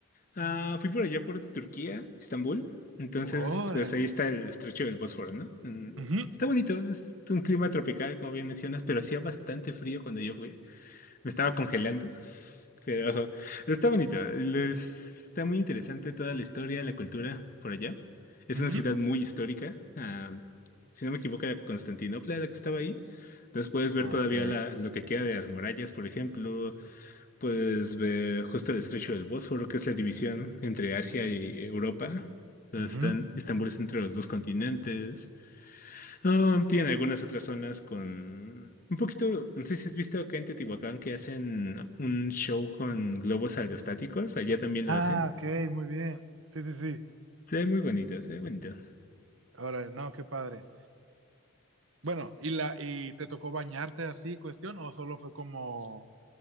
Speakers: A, on the left (about 40°); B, on the right (about 70°).
A: Ah, fui por allá por Turquía, Estambul. Entonces,
B: Órale.
A: pues ahí está el estrecho del Bósforo, ¿no? Mm,
B: Ujú,
A: Está bonito, es un clima tropical, como bien mencionas, pero hacía bastante frío cuando yo fui. Me estaba congelando, <laughs> pero, pero está bonito. Les- Está muy interesante toda la historia, la cultura por allá. Es
B: ujú.
A: una ciudad muy histórica. ah, si no me equivoco, era Constantinopla la que estaba ahí. Entonces puedes ver
B: Ok.
A: todavía la- lo que queda de las murallas, por ejemplo. Puedes ver justo el estrecho del Bósforo, que es la división entre Asia y Europa. Donde
B: ujú.
A: están, Estambul es entre los dos continentes. Ah, tienen algunas otras zonas con un poquito, no sé si has visto acá en Teotihuacán que hacen un show con globos aerostáticos. Allá también
B: Ah,
A: lo hacen.
B: ok, muy bien. Sí, sí, sí.
A: Se ve muy bonito, se ve bonito.
B: Órale, no, qué padre. Bueno, ¿y la y te tocó bañarte así, cuestión, o solo fue como